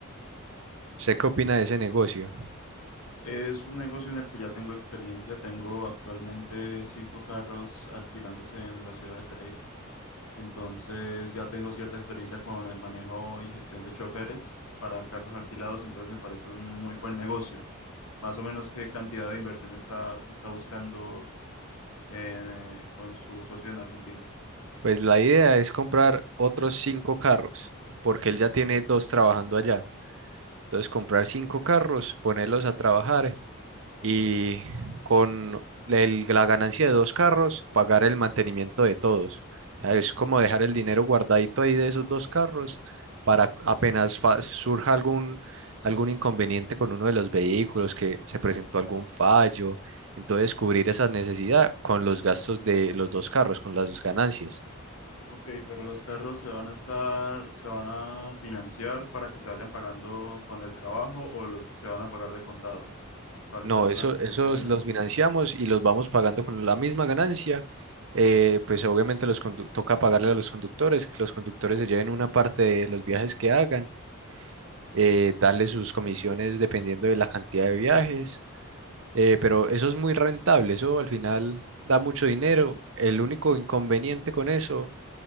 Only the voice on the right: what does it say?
¿Usted qué
opina de ese negocio?
Pues la idea es comprar otros cinco carros, porque él ya tiene dos trabajando allá. Entonces comprar cinco carros, ponerlos a trabajar y con el- la ganancia de dos carros, pagar el mantenimiento de todos. O sea, es como dejar el dinero guardadito ahí de esos dos carros para apenas fa- surja algún, algún inconveniente con uno de los vehículos, que se presentó algún fallo. Entonces, cubrir esa necesidad con los gastos de los dos carros, con las ganancias.
No,
eso,
esos
los financiamos y los vamos pagando con la misma ganancia. eh, pues obviamente los condu- toca pagarle a los conductores, que los conductores se lleven una parte de los viajes que hagan, eh, darle sus comisiones dependiendo de la cantidad de viajes, eh, pero eso es muy rentable, eso al final da mucho dinero. El único inconveniente con eso